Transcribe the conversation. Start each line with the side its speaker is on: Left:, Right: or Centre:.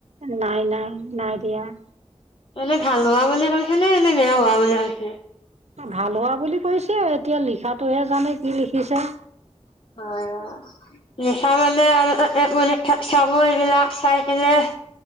Right: নাই- নাই- নাই, দিয়া',
Left: মানে, ভাল হোৱা বুলি ভাবিছে, নে বেয়া হোৱা বুলি ভাবিছে?
Right: ভাল হোৱা বুলি কৈছে এতিয়া লিখাটোহে জানে কি লিখিছে?
Left: অ', লিখা মানে আৰু ক'ত', পৰীক্ষা চাব এইবিলাক চাই পিনে,